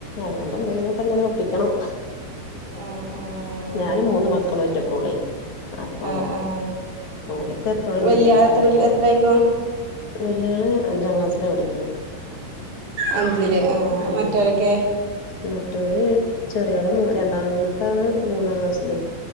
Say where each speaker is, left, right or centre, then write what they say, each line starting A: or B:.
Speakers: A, on the left; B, on the right.
A: അതുകൊണ്ട് എന്തെങ്കിലുംക്കെ അങ്ങനെ ഒപ്പിക്കണം.
B: ആഹ് ആഹ്
A: ഞാനും മൂന്ന് മക്കളും ഒറ്റക്കോളേ അപ്പോ
B: ആഹ് ആഹ്
A: ഓൽക്കെപ്പഴും എന്തെങ്കിലുക്കെ
B: വല്യാള് എത്രയിൽ
A: ആയിട്ട് വേണം.
B: എത്രയിക്ക്ണു
A: വല്യള് അഞ്ചാം ക്ലാസ്സിലാ പഠിക്കണേ
B: അഞ്ചില് ആഹ്
A: ഉം
B: മറ്റവരൊക്കെ?
A: ഉം മറ്റോല് ചെറിയാളും രണ്ടാമത്തെ ആള് മൂന്നാം ക്ലാസ്സില്